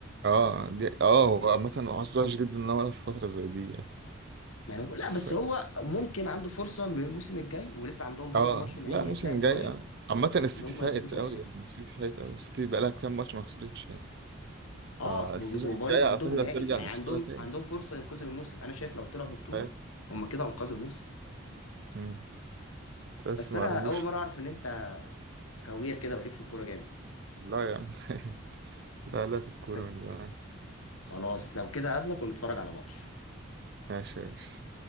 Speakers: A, on the right; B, on the left.
A: اه دي اه
B: بس-
A: هو عامه عذره وحش جدا ان هو يلعب في فتره زي دي يعني
B: ما انا بقول لا
A: بس
B: بس هو ممكن عنده فرصة من الموسم الجاي ولسه عندهم برضو
A: اه
B: ماتش نهائي
A: لا موسم
B: هيتلعب قريب
A: جاي اه عامة السيتي
B: ان هم
A: فايت
B: يظبطوا
A: قوي
B: نفسهم
A: يعني السيتي فايت قوي السيتي بقالها كام ماتش ما خسرتش يعني
B: اه
A: فالسيزون
B: وبقول
A: الجاي
B: لك
A: اعتقد
B: عندهم نهائي
A: هترجع
B: يعني
A: لمستوى
B: عندهم
A: تاني
B: عندهم فرصة ينقذوا الموسم انا شايف لو طلعوا ببطولة
A: فاهم
B: هم كده انقذوا الموسم
A: مم. بس
B: بس
A: مرموش
B: انا اول مرة اعرف ان انت كوير كده وليك في الكورة جامد
A: لا يا عم <laughs> لا لا في الكورة
B: بس
A: من زمان
B: خلاص لو كده قابلك ونتفرج على ماتش
A: ماشي يا باشا.